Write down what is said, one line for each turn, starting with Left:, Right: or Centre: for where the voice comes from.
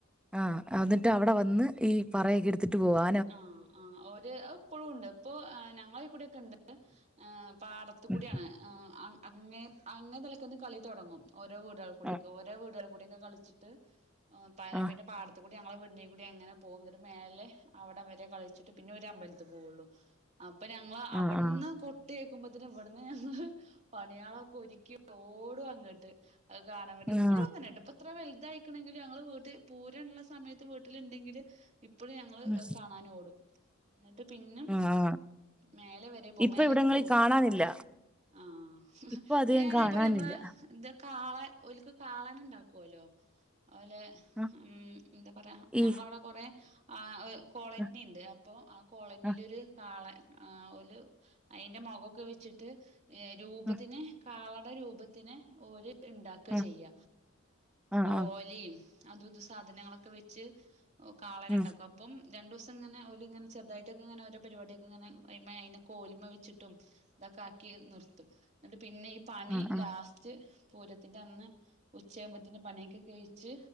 Centre: ആഹ് അന്നിട്ട് അവടെ വന്ന് ഈ പറയക്കെട് ത്തിട്ട് പോവാ
Right: ആഹ് ആഹ് ഓര് അഹ്പ്പളും ണ്ട് പ്പൊ ഞങ്ങളയ്കൂടൊക്കെ ഇണ്ട് ആഹ് പാടത്തുകൂടിയാണ്
Centre: ഉം
Right: ആഹ് അങ്ങെ അങ്ങെ തലക്കന്ന് കളി തൊടങ്ങും ഓരോ വീടുകൾ കൂടിയൊക്കെ
Centre: ആ
Right: ഓരോ വീടുകൾ കൂടിയൊക്കെ കളിച്ചിട്ട് ആഹ് പാ
Centre: ആ
Right: പിന്നെ പാട ത്തു കൂടി ങ്ങളെ വീട്ന്റെയി കൂടി അങ്ങനെ പോകും ന്ന്ട്ട് മേലെ അവടം വരെ കളിച്ചിട്ട് പിന്നെ അവര് അമ്പലത്തി പോവുള്ളു അപ്പൊ ഞങ്ങളെ അവട്ന്ന്
Centre: ആ ആ
Right: കൊട്ട് കേക്കുമ്പോത്തിന് ഇവിടുന്ന് ഞങ്ങള് പണിയാളൊക്കെ ഒരിക്കി ഓടും അങ്ങട്ട് അത് കാണാൻ വേണ്ടി പ്പളും
Centre: ആ
Right: അങ്ങനേട്ടൊ പ്പൊ എത്ര വല്തായിക്കണെങ്കിലു ഞങ്ങള് വീട്ടി പൂരള്ള സമയത്ത് വീട്ട്ല്ണ്ടെങ്കില് ഇപ്പഴും ഞങ്ങള്
Centre: ഉം.
Right: അഹ് കാണാനോടും ന്നിട്ട് പിന്നെ
Centre: ആ ആ
Right: മേലെ വരെ പോം
Centre: ഇപ്പൊ
Right: മേലക്ക്
Centre: ഇവിടങ്ങളിൽ
Right: പോവില്ല
Centre: കാണാനില്ല
Right: ആഹ്
Centre: ഇപ്പൊ അധികം
Right: പിന്നെ അതേപോലെ
Centre: കാണാനില്ല
Right: മ്മള് ന്താ കാളെ ഓല്ക്ക് കാളനെണ്ടാക്കുവല്ലോ ഓലെ
Centre: ആ
Right: ഉം ന്താ പറയാ
Centre: ഈ
Right: ഞങ്ങളവിടെ കൊറെ ആഹ് കോളനിയിണ്ട്
Centre: ആ
Right: അപ്പോ ആ കോളനിലൊര്
Centre: ആ
Right: കാളെ ആഹ് ഓല് അയിന്റെ മൊഖൊക്കെ വെച്ചിട്ട് രൂപത്തിന്
Centre: ആ
Right: കാളട രൂപ ത്തിന് ഓല് ഇണ്ടാക്ക
Centre: ആ
Right: ചെയ്യ
Centre: ആ
Right: ഓലിം
Centre: ആ
Right: അതും ഇതും സാധനങ്ങളൊക്കെ വെച്ച് ഒ കാളനെണ്ടാക്കും
Centre: ഉം
Right: അപ്പം രണ്ടൂസംങ്ങനെ ഓല്ങ്ങെനെ ചെർതായിട്ടൊക്കെ ഇങ്ങനെ ഓരോ പരിപാടിയക്കെങ്ങനെ അയ്മെ അയിനെ കോല്മ്മെ വെച്ചിട്ടും ഇതൊക്കെ ആക്കി നിർത്തും ന്നിട്ട് പിന്നെ ഈ പണി
Centre: ആ ആ
Right: ലാസ്റ്റ് പൂരത്തിന്റെ അന്ന് ഉച്ചയാമ്പോത്തിന് പണിയൊക്കെ കഴിച്ചു